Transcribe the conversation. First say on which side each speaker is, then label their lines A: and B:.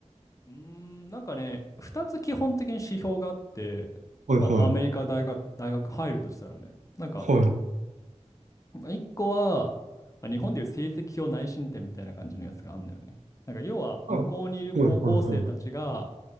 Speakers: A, on the left; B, on the right.
A: うーん、なんかね、2つ基本的に指標があって、
B: はいはい。
A: まあ、アメリカ大学、大学入るとしたらね、なんか、
B: はい。
A: 1個は、まあ、日本でいう成績表内申点みたいな感じのやつがあるんだよね。なんか、要は、
B: あ、
A: 向こうにいる高校生たちが、
B: はいはいはい。